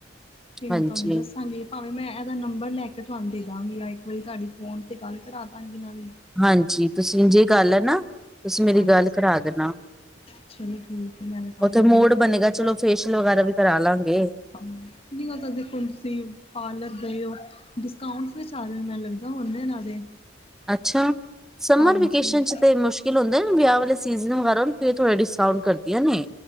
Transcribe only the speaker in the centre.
ਹਾਂਜੀ
ਹਾਂਜੀ ਤੁਸੀਂ ਇੰਜ ਈ ਕਰ ਲੈਣਾ। ਤੁਸੀਂ ਮੇਰੀ
ਗੱਲ ਕਰਾ ਦੇਣਾ।
ਉੱਥੇ
ਮੋੜ ਬਣੇਗਾ। ਚਲੋ ਫੇਸ਼ੀਅਲ ਵਗੈਰਾ ਵੀ ਕਰਾਲਾਂਗੇ।
ਅੱਛਾ, ਸਮਰ
ਵੇਕੇਸ਼ਨ 'ਚ ਤੇ ਮੁਸ਼ਕ ਮੁਸ਼ਕਿਲ ਹੁੰਦੇ ਨੇ ਵਿਆਹ ਵਾਲੇ ਸੀਜ਼ਨ ਵਗੈਰਾ ਫਿਰ ਥੋੜਾ ਡਿਸਕਾਊਂਟ ਕਰਦੀਆਂ ਨੇ।